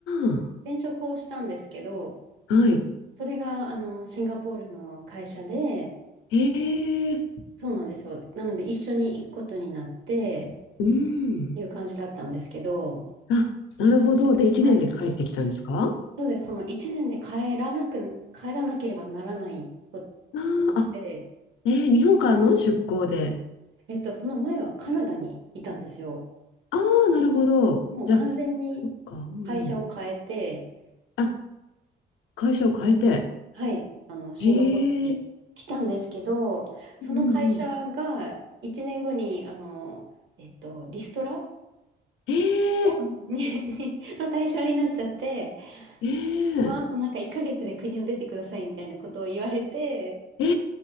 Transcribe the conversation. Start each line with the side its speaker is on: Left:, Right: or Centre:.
Left: ん。あ
Right: 転職をしたんですけど、
Left: あ、はい。
Right: それが、あの、シンガポールの会社で、
Left: へえ、
Right: そうなんですよ。なので一緒に行くことになって
Left: うん。
Right: っていう感じだったんですけど、
Left: あ、なるほど。で、1年で帰ってきたんですか
Right: はい。そうです。その1年で帰らなく、帰らなければならないことになって、
Left: あーあ、えー日本からの出向で。
Right: えっと、その前はカナダにいたんですよ。
Left: ああ、なるほど。
Right: もう完全に
Left: じゃあ、そっか、うんうん。
Right: 会社を変えて、
Left: あ、会社を変えて。
Right: はい、あの、シンガポールに来たんですけど、
Left: へえ、
Right: その会社が1年後に、
Left: うんうんうん。
Right: あの、えっと、リストラ
Left: え
Right: をににの対象になっちゃって、
Left: え、ええ。
Right: まあ、あとなんか1ヶ月で国を出てくださいみたいなことを言われて、
Left: えー